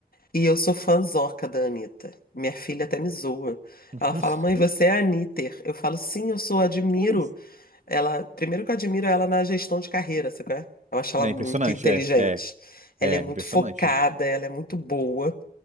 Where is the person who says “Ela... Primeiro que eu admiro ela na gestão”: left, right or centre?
Left